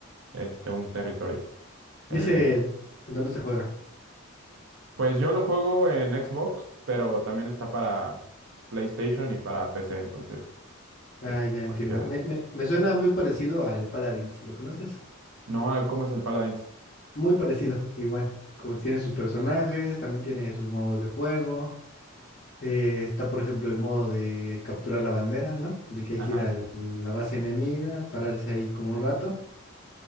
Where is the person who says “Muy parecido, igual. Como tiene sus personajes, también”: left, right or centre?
Left